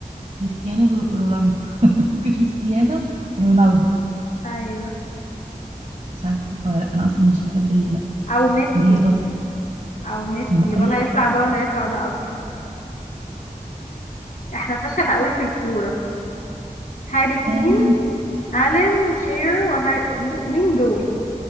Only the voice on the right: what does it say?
كريستيانو رو- رونالدو <laughs> كريستيانو رونالدو
مش عارفه صح ولا لا انا اصلا مش بحب ال-
الرياضات دي.
لما
اي حاجه
قال